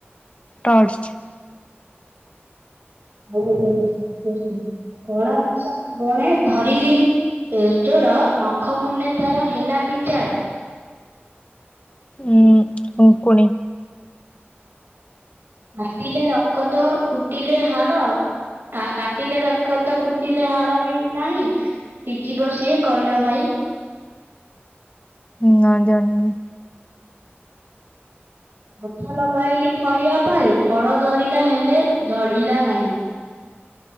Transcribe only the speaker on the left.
ଟର୍ଚ୍ଚ।
ହଁ। ଉଙ୍କୁଣି।
ନା ଜାଣିନି?